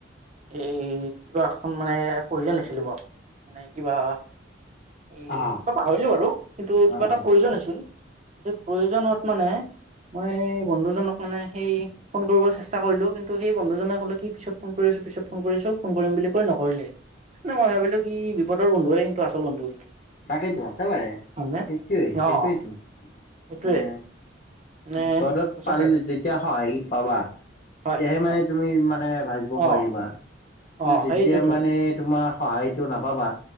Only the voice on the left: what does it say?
অ',
অ',
অ'।
তাকেটো একেবাৰে
সেইটোৱেই
সেইটোৱেতু মানে
পদত
পাল যেতিয়া সহায় পাবা
তেতিয়াহে মানে
তুমি মানে ভাবিব
পাৰিবা
যেতিয়া
মানে তোমাৰ সহায়টো নাপাবা